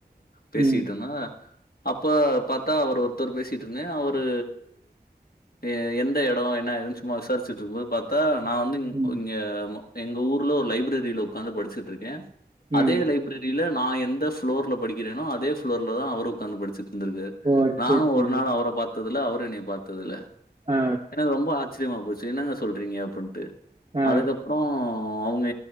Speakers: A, on the left; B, on the right.
A: பேசிட்ருதனா
B: ம்
A: அப்ப பாத்தா அவர் ஒருத்தரு பேசிட்டு இருந்தே அவரு எ எந்த எடோ என்னா ஏதுன்னு சும்மா விசாரிச்சிட் இருக்கு போது பாத் தா நா வந்து இ
B: ம்
A: இங்க எங்க ஊர்ல ஒரு லைப்ரரில உக்காந்து படிச்சி ட்ருக்கே
B: ம்
A: அதே லைப்ரரில நா எந்த ஃபோளோர்ல படிக்கிற னோ அதே ஃபுளோர்ல தா அவரு உக்காந்து படிச்சிட் இருந்திருகாரு
B: ஓ
A: நானு
B: சேரி சேரி
A: ஒரு நாள் அவர பாத் த்தில்ல அவரு என்னைய பாத்ததில்ல
B: ஆ
A: எனக்கு ரொம்ப ஆச்ரியமா போச்சு என்னங்க சொல்றீங்க அப்டின்ட்டு
B: ஆ
A: அதுக்கப் றோ அவுங்க